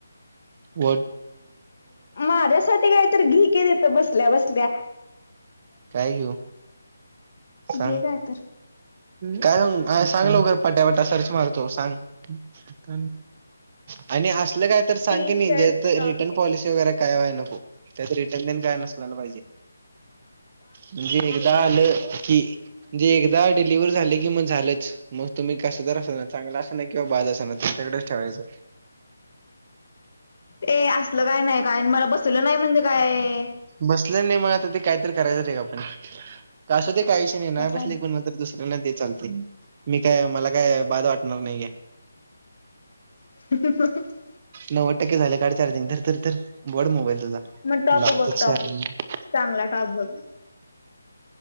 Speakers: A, on the right; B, on the left.
A: व
B: माझ्यासाठी काय तर घी की तिथं बसल्या बसल्या.
A: काय घेऊ सांग?
B: घे काय तर.
A: काय सांगू सांग लवकर पटापटा सर्च मरतो सांग. <unintelligible> आणि असलं काय तर सांग
B: टी
A: कणी
B: शर्ट
A: ज्यात
B: टॉप
A: रिटर्न पॉलिसी वगैरे काय व्हाय नको. त्याच रिटर्न तेण काय नसलेल पाहिजे. म्हणजे एगदा आलं की म्हणजे एकदा डिलिव्हर झालं कि मग झालंच. मग तुम्ही कसं तर कसंतर असना चांगलं असाना किंवा बाद असना तुमच्याकडेच ठेवायचं.
B: ऐ असलं काय नाही काय आणि मला बसलं नाही म्हणजे काय
A: बसलं नाही म आता ते कायतरी करायचं रे आपण. कासूदे काय विषय नाही
B: प्रसाद.
A: ना बसली कोणाला तर दुस ऱ्यानां दे चालतंय मी काय मला काय बाद वाटणार नाही घे.
B: <unintelligible>
A: नव्वद टक्के झालंय काढ चार्जिंग धर धर धर वड मोबाईल तुझा.
B: ममे टॉप
A: लावतो
B: बघ टॉप
A: चार्जिंग
B: चांगला टॉप बघ,